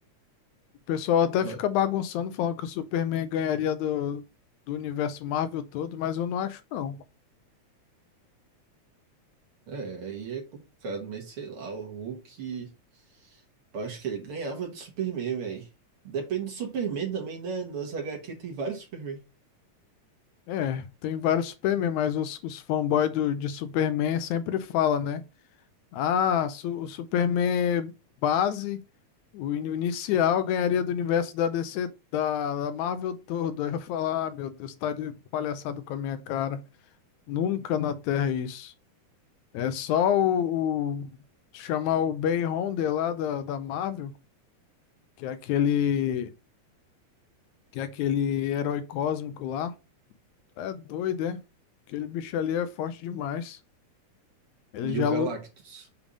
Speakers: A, on the left (about 80°); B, on the right (about 50°).
A: O pessoal até
B: Ma-
A: fica bagunçando, falando que o Superman ganharia do, do universo Marvel todo, mas eu não acho, não.
B: é, aí é complicado, mas sei lá, o Hulk. Eu acho que ele ganhava do Superman, velho. Depende do Superman também, né? Nas HQ tem vários Superman.
A: É, tem vários Superman, mas os, os fanboys do, de Superman sempre falam, né? Ah, su- o Superman base, o in- inicial ganharia do universo da DC, da, da Marvel todo. <laughs> Aí eu falar, ah, meu Deus, tá de palhaçada com a minha cara. Nunca na Terra é isso. É só o, o- chamar o Ben Rhodes lá da, da Marvel, que é aquele que é aquele herói cósmico lá. É doido, é? Aquele bicho ali é forte demais. Ele
B: E
A: já
B: o Galactus.
A: lutou.